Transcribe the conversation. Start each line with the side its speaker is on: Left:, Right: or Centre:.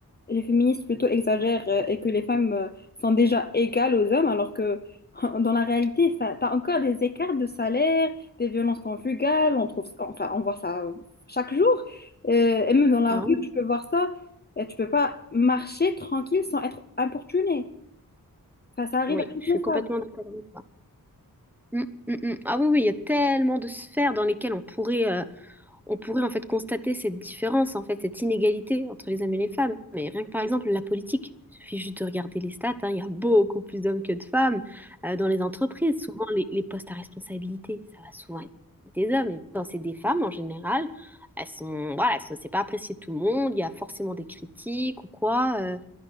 Left: les féministes plutôt exagèrent euh, et que les femmes euh, sont déjà égales aux hommes, alors que <laughs> dans la réalité, enfin, t'as encore des écarts de salaire, des violences conjugales, on trouve, enfin, on voit ça chaque jour. Euh, et même dans la
Centre: Ah
Left: rue,
Centre: oui.
Left: tu peux voir ça. Et tu peux pas marcher tranquille sans être importuné. Enfin, ça arrive
Centre: Oui,
Left: à toutes
Centre: je suis
Left: les
Centre: complètement
Left: femmes.
Centre: d'accord avec toi. Mm, mm, mm. Ah oui, oui, il y a tellement de sphères dans lesquelles on pourrait euh, on pourrait en fait constater cette différence, en fait, cette inégalité entre les hommes et les femmes. Mais rien que par exemple la politique, il suffit juste de regarder les stats, hein, il y a beaucoup plus d'hommes que de femmes euh, dans les entreprises. Souvent, les, les postes à responsabilité, ça va souvent être des hommes. Et quand c'est des femmes en général, elles sont, voilà, elles sont- c'est pas apprécié de tout le monde, il y a forcément des critiques ou quoi. euh.